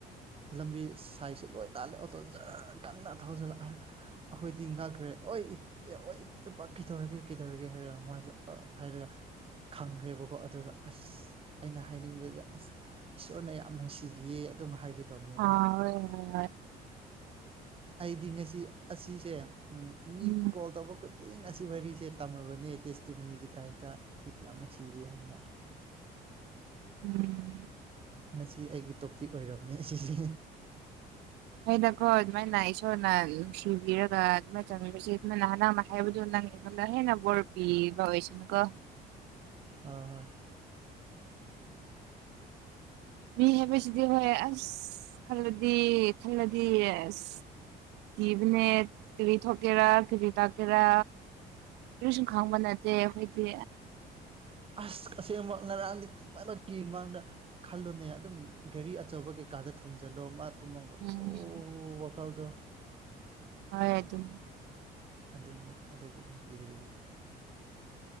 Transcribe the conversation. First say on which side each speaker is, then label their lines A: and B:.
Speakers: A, on the right; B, on the right.
A: ꯂꯝꯕꯤ ꯁꯥꯏꯁ ꯂꯣꯏ ꯂꯥꯜꯂꯦ ꯑꯣꯇꯣ ꯖꯔ ꯀꯟꯅ ꯊꯧꯖꯤꯜꯂ ꯑꯩꯈꯣꯏꯗꯤ ꯉꯛ ꯈ꯭ꯔꯦ ꯑꯣꯏ ꯑꯣꯏ ꯏꯄꯥ ꯀꯩꯗꯧꯔꯒꯦ ꯀꯩꯗꯧꯔꯒꯦ ꯍꯥꯏꯔꯒ ꯃꯥꯁꯨ ꯑ ꯍꯥꯏꯔꯒ ꯈꯪꯒ꯭ꯔꯦꯕꯀꯣ ꯑꯗꯨꯒ ꯑꯁ ꯑꯩꯅ ꯍꯥꯏꯅꯤꯡꯕꯗꯤ ꯑꯁ ꯏꯁꯣꯔꯅ ꯌꯥꯝ ꯅꯨꯡꯁꯤꯕꯤꯌꯦ ꯑꯗꯨꯝ ꯍꯥꯏꯒꯦ ꯇꯧꯕꯅꯤꯗ
B: ꯑ ꯍꯣꯏ ꯍꯣꯏ ꯍꯣꯏ
A: ꯑꯩꯗꯤ ꯉꯁꯤ ꯑꯁꯤꯁꯦ ꯃꯤ
B: ꯎꯝ
A: ꯀꯣꯜ ꯇꯧꯕ ꯈꯨꯗꯤꯡ ꯑꯁꯤ ꯋꯥꯔꯤꯁꯦ ꯇꯝꯔꯕꯅꯦ ꯇꯦꯁꯇꯤꯃꯤꯅꯤꯒꯤ ꯇꯥꯏꯞꯇ ꯑꯁꯤ ꯌꯥꯝ ꯅꯨꯡꯁꯤꯔꯤ ꯍꯥꯏꯅ
B: ꯎꯝ
A: ꯉꯁꯤ ꯑꯩꯒꯤ ꯇꯣꯄꯤꯛ ꯑꯣꯏꯔꯕꯅꯦ ꯑꯁꯤꯁꯦ
B: ꯐꯩꯗꯀꯣ ꯑꯗꯨꯃꯥꯏꯅ ꯏꯁꯣꯔꯅ ꯅꯨꯡꯁꯤꯕꯤꯔꯒ ꯑꯗꯨꯃꯥꯏꯅ ꯆꯥꯟꯕꯤꯕꯁꯦ ꯑꯗꯨ ꯅꯍꯥꯟ ꯅꯪꯅ ꯑꯃ ꯍꯥꯏꯕꯗꯨ ꯅꯪ ꯉꯣꯟꯗ ꯍꯦꯟꯅ ꯕꯣꯔꯄꯤꯕ ꯑꯣꯏꯁꯅꯨ ꯀꯣ
A: ꯍꯣꯏ ꯍꯣꯏ
B: ꯃꯤ ꯍꯥꯏꯕꯁꯤꯗꯤ ꯍꯣꯏ ꯑꯁ ꯈꯜꯂꯗꯤ ꯈꯜꯂꯗꯤ ꯑꯁ ꯀꯤꯕꯅꯦ ꯀꯔꯤ ꯊꯣꯛꯀꯦꯔ ꯀꯔꯤ ꯇꯥꯛꯀꯦꯔꯥ ꯀꯔꯤꯁꯨ ꯈꯪꯕ ꯅꯠꯇꯦ ꯑꯩꯈꯣꯏꯗꯤ
A: ꯑꯁ ꯑꯁꯦꯡꯃꯛ ꯉꯔꯥꯡꯗꯤ ꯀꯤꯃꯟꯕꯒꯤ ꯃꯥꯡꯗ ꯈꯜꯂꯨꯅꯦ ꯑꯗꯨꯝ ꯒꯥꯔꯤ ꯑꯆꯧꯕꯀꯩ ꯀꯩꯀꯥꯗ ꯊꯣꯝꯖꯤꯜꯂꯣ ꯃꯥ ꯇꯨꯝꯃꯒ
B: ꯎꯝ
A: ꯑꯣ ꯋꯥꯈꯜꯗꯣ
B: ꯍꯣꯏ ꯑꯗꯨꯅꯦ
A: ꯑꯗꯨꯅꯦ ꯑꯗꯨꯒꯤꯅꯦ ꯀꯤꯔꯤꯕꯗꯤ